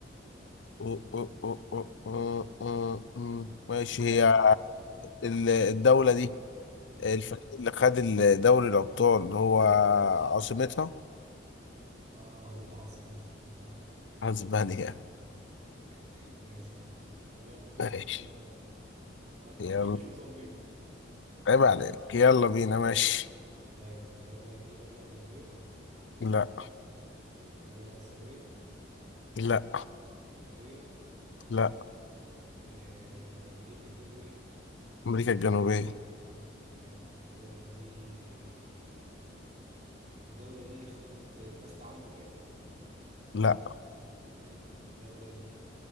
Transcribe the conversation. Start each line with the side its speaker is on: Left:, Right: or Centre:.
Left: أو- أو- أو- أو- أو- أو- مم. ماشي
Right: انت ماشي جبتها
Left: هي
Right: خلاص
Left: ال- الدولة دي
Right: امم
Left: الفريق اللي خد ال- دوري الأبطال هو عاصمتها
Right: اه هو عاصمتها
Left: أسبانيا
Right: <laughs> ماشي يا عم طب يلا خمن
Left: ماشي
Right: انت دولة ما ما
Left: يلا
Right: تجيلوش موزمبيق <laughs>
Left: عيب عليك يلا بينا ماشي
Right: طيب الدولة دي دولة أوروبية
Left: لا
Right: طيب دولة آسيوية
Left: لا
Right: أفريقية
Left: لا
Right: آه، أمريكا الجنوبية
Left: أمريكا الجنوبية
Right: تمام الدولة دي آه، الدولة دي خدت كأس العالم قريب
Left: لا
Right: طيب الدولة دي